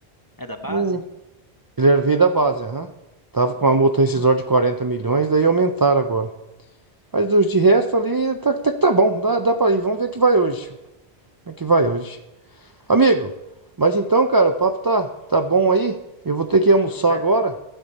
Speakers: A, on the left; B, on the right.
A: É da base?
B: No, ele era- veio da base, aham. Tava com uma multa rescisória de 40 milhões, daí aumentaram agora. Mas dos de resto ali, tá, até que tá bom, dá, dá pra ir. Vamos ver o que vai hoje. Como é que vai hoje. Amigo, mas então, cara, o papo tá, tá bom aí. Eu vou ter que almoçar
A: É.
B: agora.